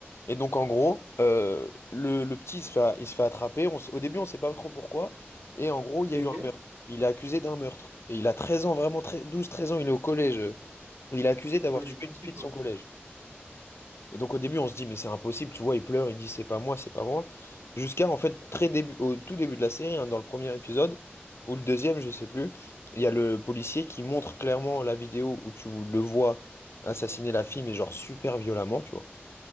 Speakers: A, on the left; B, on the right.
A: Et donc en gros, euh, le, le petit il se fait, a- il se fait attraper. On, s- au début, on sait pas trop pourquoi. Et en gros, il y
B: Ok?
A: a eu un meurtre. Il est accusé d'un meurtre. Et il a 13 ans, vraiment très- douze, treize ans, il est au collège. Il est accusé d'avoir
B: Ouais,
A: tué
B: il est tout
A: une
B: petit,
A: fille
B: quoi.
A: de son collège. Et donc au début, on se dit, mais c'est impossible, tu vois, il pleure, il dit, c'est pas moi, c'est pas moi. Jusqu'à, en fait, très début, au tout début de la série, hein, dans le premier épisode, ou le deuxième, je sais plus, il y a le policier qui montre clairement la vidéo où tu le vois assassiner la fille, mais genre super violemment, tu vois.